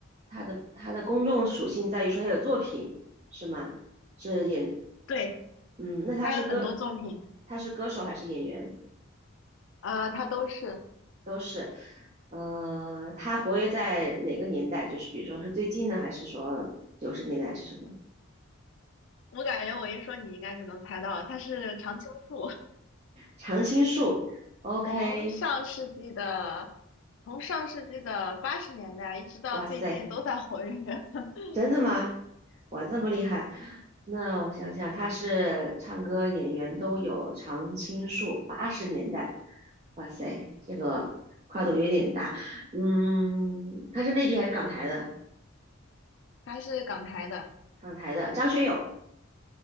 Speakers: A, on the right (about 30°); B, on the left (about 60°).
A: 他的他的公众属性在于说他有作品是吗？是演
B: 对，
A: 嗯，那他是歌
B: 他有很多作品，
A: 他是歌手还是演员？
B: 啊，他都是，
A: 都是。呃，他活跃在哪个年代？就是比如说是最近呢，还是说九十年代还是什么？
B: 我感觉我一说你应该就能猜到了，他是常青树，
A: 常青树，OK，
B: <laughs> 从上世纪的。从上世纪的八十年代一直到最近都在活跃。
A: 哇塞，
B: <laughs>
A: 真的吗？哇，这么厉害！
B: 嗯，
A: 那我想想，他是唱歌演员都有，常青树，八十年代，哇塞，这个跨度有点大。嗯，他是内地还是港台的？
B: 他是港台的，
A: 港台的，张学友、